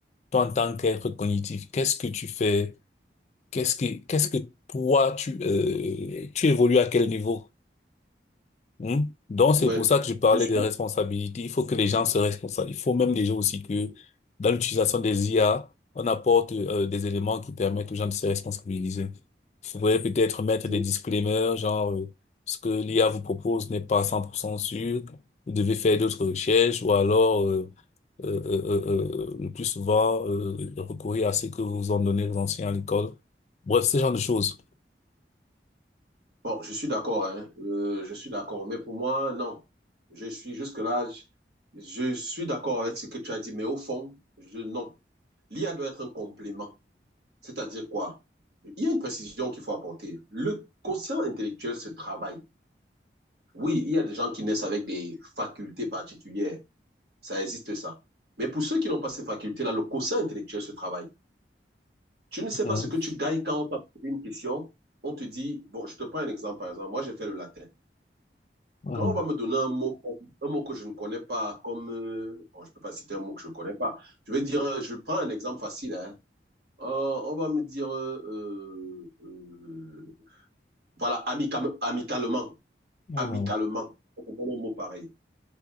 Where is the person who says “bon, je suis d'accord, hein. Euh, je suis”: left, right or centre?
Right